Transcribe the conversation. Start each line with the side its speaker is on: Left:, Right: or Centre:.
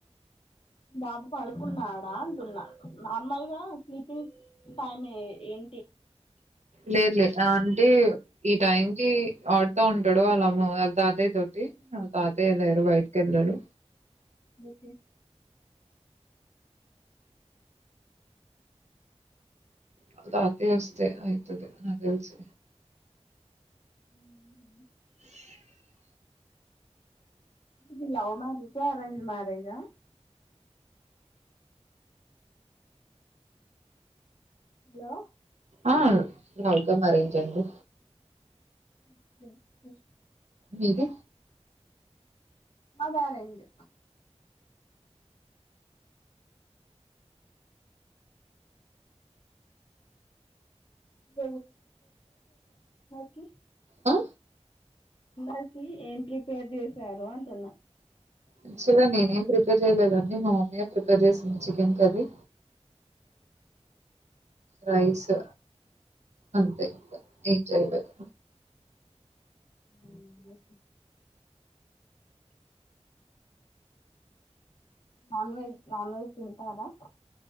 Left: బాబు పడుకున్నాడా అంటున్నా నార్మల్గా స్లీపింగ్ టైమ్ ఏం
Right: లేదు లే ఆ అంటే ఈ టైం కి ఆడుతా ఉంటాడు వాళ్ళమ్మ వాళ్ తాతయ్ తోటి తాతయ్య లేడు బయిటికెళ్లాడు
Left: ఓకే
Right: వాళ్ తాతయ్య వొస్తే అయితది నాక్ తెల్సి
Left: <inaudible>
Right: <unintelligible>
Left: మీది లవ్ మ్యారేజా అరేంజ్డ్ మ్యారేజా హలో
Right: ఆ లవ్ కమ్ అరేంజ్ అండి
Left: <inaudible>
Right: మీది
Left: మాది అరేంజ్ <inaudible> <inaudible> కి
Right: ఆ
Left: <inaudible> కి ఏం ప్రిపేర్ చేసారు అంటున్నా
Right: యాక్చుల్గ నేనేం ప్రిపేర్ చేయలేదండి మా మమ్మీయే ప్రిపేర్ చేసింది చికెన్ కర్రీ రైసు అంతే ఏం చేయలేద్
Left: um okay non veg non veg తింటారా